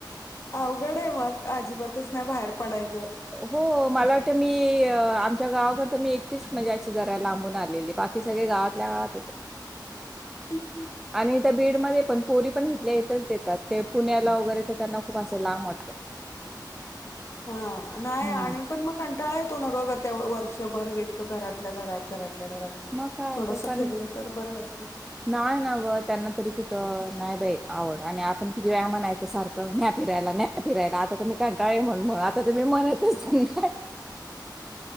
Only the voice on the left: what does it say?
अवघडय मग, अजिबातच नाही बाहेर पडायचं.
<unintelligible>
<unintelligible> हा नाही
आणि पण मग कंटाळा येतो ना ग ग त्या वर्षभर व्यक्त घरातल्या घरात घरात
थोडस
फिरलं तर बरं वाटतं